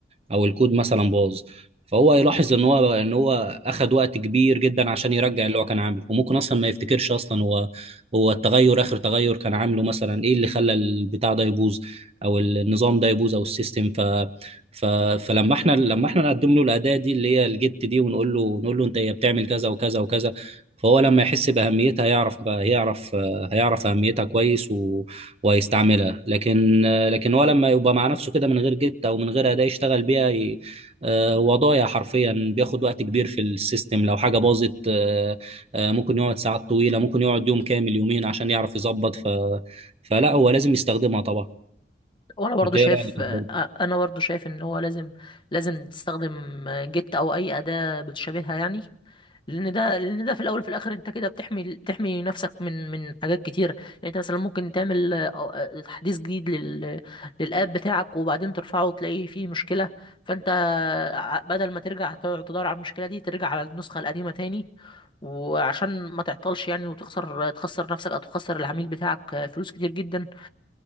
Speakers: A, on the right; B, on the left.
A: او الكود مثلا باظ فهو يلاحظ ان هو ان هو اخد وقت كبير جدا عشان يرجع اللي هو كان عامله وممكن اصلا ما يفتكرش اصلا هو هو التغير اخر تغير كان عامله مثلا ايه اللي خلى البتاع ده يبوظ او النظام ده يبوظ او السيستم ف ف فلما احنا لما احنا نقدم له الاداه دي اللي هي الجيت دي ونقول له نقول له انت هي بتعمل كذا وكذا وكذا فهو لما يحس باهميتها يعرف هيعرف هيعرف اهميتها كويس و... ويستعملها لكن لكن هو لما يبقى مع نفسه كده من غير جت او من غير اداة يشتغل بيها ي- آه، هو ضايع حرفيا بياخد وقت كبير في السيستم لو حاجة باظت آه، آه، ممكن يقعد ساعات طويلة ممكن يقعد يوم كامل يومين عشان يعرف يظبط ف... فلا هو لازم يستخدمها طبعا
B: وانا برضو
A: انت ايه
B: شايف
A: رأيك
B: آه، انا برضو شايف ان هو لازم لازم تستخدم آه، جيت او اي أداة بتشابهها يعني لان ده لان ده في الاول وفي الاخر انت كده بتحمي بتحمي نفسك من من حاجات كتير يعني انت مثلا ممكن تعمل آه، أو- آه، تحديث جديد لل للاب بتاعك وبعدين ترفعه وتلاقي فيه مشكله فانت ع- بدل ما ترجع تقعد تدور على المشكله دي ترجع على النسخه القديمه تاني وعشان ما تعطلش يعني وتخسر تخسر نفسك او تخسر العميل بتاعك آه، فلوس كتير جدا